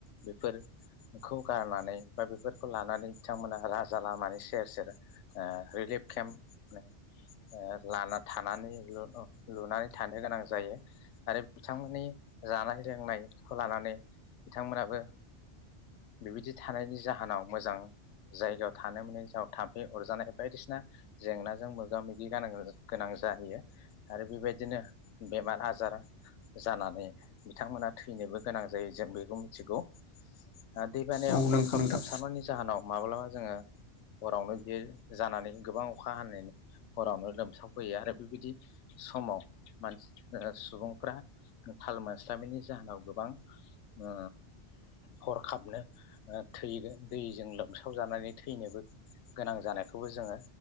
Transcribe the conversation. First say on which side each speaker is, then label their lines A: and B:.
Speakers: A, on the left (about 85°); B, on the left (about 65°).
A: बेफोरखौ गारनानै बा बे फोरखौ लानानै बिथांमोना राजा लामानि सेर सेर ओ रिलिफ केम्प ओ लाना थानानै लुनानै थानो गोनां जायो आरो बिथांमोननि जानाय लोंनायखौ लानानै बिथांमोनाबो बिबायदि थानायनि जाहोनाव मोजां जायगायाव थानो मोननि जाहोनाव थाम्फै अरजानाय बायदिसिना जेंनाजों मोगा मोगि गानो गोनां जायो आरो बेबायदिनो बेमार आजार जानानै बिथांमोना थैनोबो गोनां जायो जों बेखौ मिथिगौ। ओ दैबानाया
B: औ
A: हर
B: नंगौ
A: खाब
B: नोंथां
A: लोमसावनायनि जाहोनाव माब्लाबा जोङो हरावनो बियो जानानै गोबां अखा हानायनि हरावनो लोमसावफैयो आरो बेबायदि समाव मानसि ओ सुबुंफ्रा थाल मोनस्लाबैनि जाहोनाव गोबां ओ‌ हरखाबनो ओ थै दैजों लोमसावजानानै थैनोबो गोनां जानायखौबो जोङो